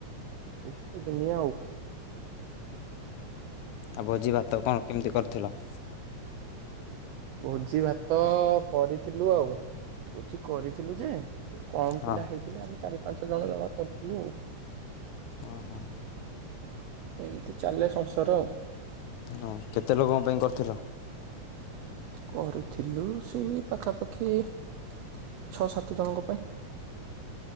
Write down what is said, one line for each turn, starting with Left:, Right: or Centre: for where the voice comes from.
Right: ଏଇତ ଦୁନିଆ ଆଉ।
Left: ଆ ଭୋଜିଭାତ କଁ କେମିତି କରିଥିଲ?
Right: ଭୋଜିଭାତ କରିଥିଲୁ ଆଉ। ଭୋଜି କରିଥିଲୁ ଯେ ଟି କମ
Left: ହଁ।
Right: ପିଲା ହେଇଥିଲେ ଆମେ ଚାରି ପାଞ୍ଚ ଜଣ ଜମା କରିଥିଲୁ ଆଉ।
Left: ଓହୋ।
Right: ଏମିତି ଚାଲେ ସଂସାର ଆଉ।
Left: ହଁ କେତେ ଲୋକଙ୍କ ପାଇଁ କରିଥିଲ?
Right: କରିଥିଲୁ ସେ ପାଖାପାଖି ଛଅ ସାତ ଜଣଙ୍କ ପା।